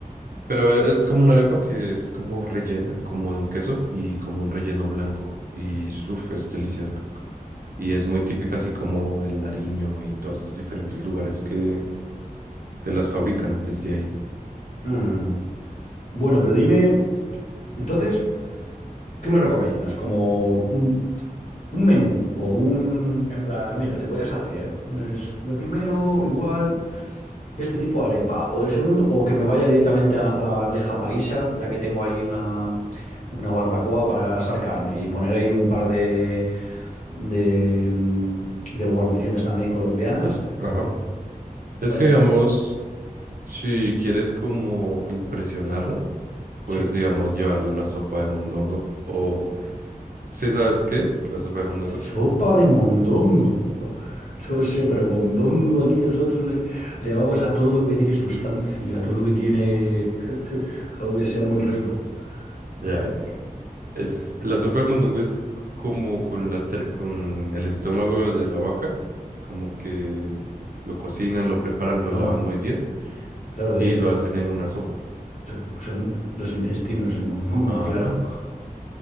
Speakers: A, on the right; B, on the left.
A: Pero e- es como una arepa que es como rellena, como de un queso y como un relleno blanco. Y uf, es deliciosa. Y es muy típica así como del Nariño y todos esos diferentes lugares que, que las fabrican desde ahí.
B: Mm, Bueno, pero dime, entonces, ¿qué me recomiendas? Como un, un menú o un, en plan, mira, le podías hacer pues, de primero igual este tipo de arepa o de segundo, o que me vaya directamente a, a la bandeja paisa, ya que tengo ahí una, una barbacoa para asar carne y poner ahí un par de, de, mm, de guarniciones también colombianas.
A: Es- ajá. Es
B: ¿Cuál?
A: que, digamos, si quieres como impresionarla, pues,
B: Che,
A: digamos, llevarle una sopa de mondongo o... ¿Sí sabes qué es la sopa de mondongo?
B: sopa de mondongo. <laughs> No sé, pero mondongo aquí nosotros le, le llamamos a todo lo que tiene sustancia, a todo lo que tiene <laughs> algo que sea muy rico.
A: Ya,
B: A ver.
A: Es... La sopa de mondongo es como con la tre- con el estómago de la vaca, como que lo cocinan, lo preparan, lo
B: Ah,
A: lavan muy bien
B: claro, de
A: y lo hacen en una sopa.
B: hecho, son los intestinos, el mondongo,
A: Ajá.
B: claro.